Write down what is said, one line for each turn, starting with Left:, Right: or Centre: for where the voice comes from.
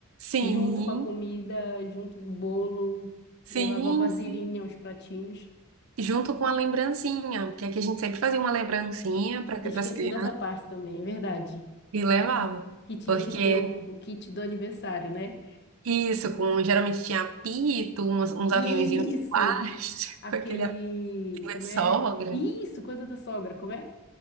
Right: Sim,
Left: junto com a comida, junto com o bolo,
Right: sim,
Left: levava vasilhinha,
Right: sim.
Left: os pratinhos.
Right: Junto com a lembrancinha, porque aqui a gente sempre fazia uma lembrancinha para
Left: Esqueci
Right: as crianças
Left: dessa parte também, é verdade.
Right: e levava.
Left: Que, que tinha
Right: Porque
Left: que ter o, o kit do aniversário, né?
Right: isso, com geralmente tinha apito, uns,
Left: <laughs>
Right: uns
Left: Isso!
Right: aviõezinhos de plástico,
Left: Aquele.
Right: <laughs> aquele apito
Left: Como
Right: de sogra,
Left: é? Isso, coisa da sogra, como é?